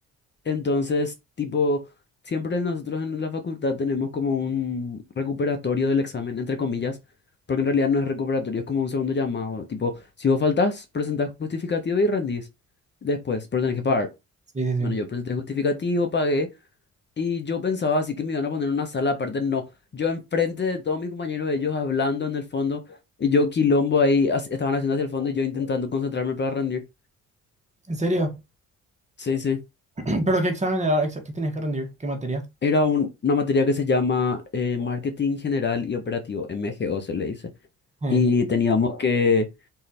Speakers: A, on the left (about 35°); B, on the right (about 25°).
A: Entonces, tipo, siempre nosotros en la facultad tenemos como un recuperatorio del examen, entre comillas, porque en realidad no es recuperatorio, es como un segundo llamado. Tipo, si vos faltás, presentás justificativo y rendís. Después, pero tenés que pagar.
B: sí, sí, sí.
A: Bueno, yo presenté justificativo, pagué, y yo pensaba así que me iban a poner en una sala aparte. No, yo enfrente de todos mis compañeros, ellos hablando en el fondo, y yo quilombo ahí, as- estaban haciendo hacia el fondo y yo intentando concentrarme para rendir.
B: ¿En serio?
A: Sí, sí.
B: <clears throat> ¿Pero qué examen era? Exa- ¿Qué tienes que rendir? ¿Qué materia?
A: Era un- una materia que se llama eh, Marketing General y Operativo, MGO se le dice.
B: Eh,
A: Y teníamos que...